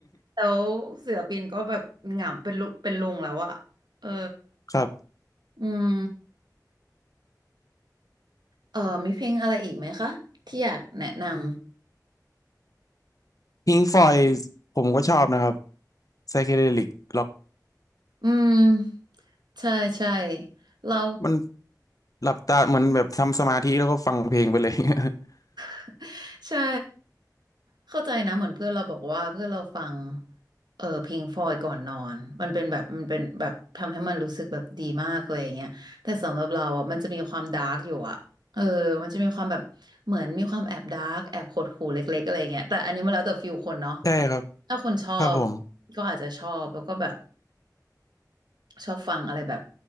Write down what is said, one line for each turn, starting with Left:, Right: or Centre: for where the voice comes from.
Right: แล้วศิลปินก็แบบเหงาเป็นลุเป็นลุงแล้วอะเออ
Left: <laughs> ครับ
Right: อืมเออมีเพลงอะไรอีกไหมคะที่อยากแนะนำ
Left: พิงฟอยผมก็ชอบนะครับไซเคเดลิกล็อก
Right: อืมใช่ใช่เรา
Left: มันหลับตาเหมือนแบบทำสมาธิแล้วก็ฟังเพลงไปเลย <laughs>
Right: <laughs> ใช่เข้าใจนะเหมือนเพื่อนเราบอกว่าเพื่อนเราฟังเออพิงฟลอยก่อนนอนมันเป็นแบบมันเป็นแบบทำให้มันรู้สึกแบบดีมากเลยอย่างเงี้ยแต่สำหรับเราอ่ะมันจะมีความดาร์กอยู่อ่ะเออมันจะมีความแบบเหมือนมีความแอบดาร์กแอบหดหู่เล็กๆอะไรเงี้ยแต่อันนี้มันแล้วแต่ฟิลคนเนาะ
Left: ใช่ครับ
Right: ถ้าคนชอบ
Left: ครับผม
Right: ก็อาจจะชอบแล้วก็แบบ ชอบฟังอะไรแบบ